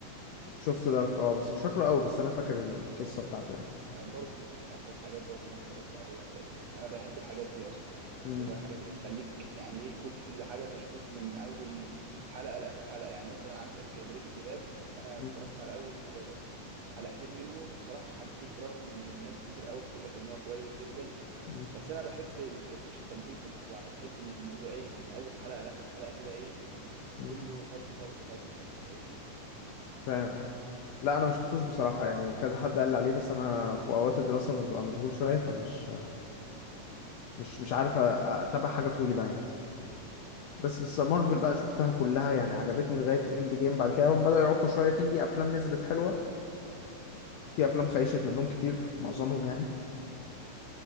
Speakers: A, on the left; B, on the right.
A: شفت دارك اه بس مش فاكره قوي بس انا فاكر القصه بتاعته يعني
B: يعني برضه دي من احلى الحاجات برضه اللي انا اتفرجت عليها بجد يعني انا بحب الحاجات دي اصلا يعني اللي
A: مم،
B: هو الحاجات اللي تخليك يعني ايه كل حاجه مشدود من اول حلقه لاخر حلقه يعني مثلا عندك بريكنج باد انا
A: مم،
B: اتفرجت على اول حلقتين منه بصراحه ما حبيتوش برغم ان الناس كتير قوي بتقول لك ان هو كويس جدا
A: مم،
B: بس انا بحب ما بحبش التمهيد للموضوع انا بحب ان الموضوع ايه من اول حلقه لاخر حلقه كده ايه
A: مم.
B: كله خبط خبط خبط يعني فاهمني
A: فاهم اه لا انا ما شفتوش بصراحه يعني كذا حد قال لي عليه بس انا في اوقات الدراسه ببقى مشغول شويه فمش
B: مم.
A: مش مش عارف أ- اتابع حاجه طويله يعني بس بس مارفل بقى شفتها كلها يعني عجبتني لغايه اند جيم بعد كده هم بداوا يعكوا شويه في افلام نزلت حلوه في افلام خيشت منهم كتير معظمهم يعني